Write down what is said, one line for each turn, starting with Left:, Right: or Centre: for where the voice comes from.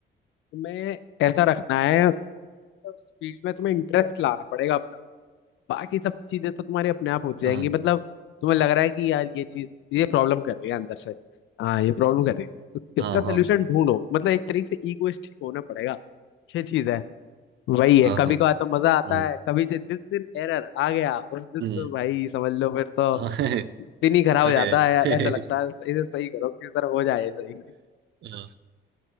Left: तुम्हें ऐसा रखना है उस फील्ड में तुम्हें इंटरेस्ट लाना पड़ेगा अपना बाकी सब चीजें तो तुम्हारी अपने आप होती
Right: हाँ
Left: जाएंगी मतलब तुम्हें लग रहा है कि यार ये चीज ये प्रॉब्लम कर रही है अंदर से हाँ ये प्रॉब्लम कर रही है तो
Right: हाँ
Left: इसका सोल्यूशन
Right: हाँ
Left: ढूंढो मतलब एक तरीके से इगोइस्टिक होना पड़ेगा ये चीज है वही है
Right: हाँ
Left: कभी
Right: हाँ
Left: कभार तो मजा आता
Right: हम्म,
Left: है कभी जि- जिस दिन एरर आ गया उस दिन
Right: हम्म,
Left: तो भाई समझ लो फिर तो
Right: हाँ, <laughs>
Left: दिन ही खराब
Right: अरे
Left: हो जाता है
Right: <laughs>
Left: यार ऐसा लगता है इसे सही करो किस तरह हो जाए ये सही
Right: हाँ,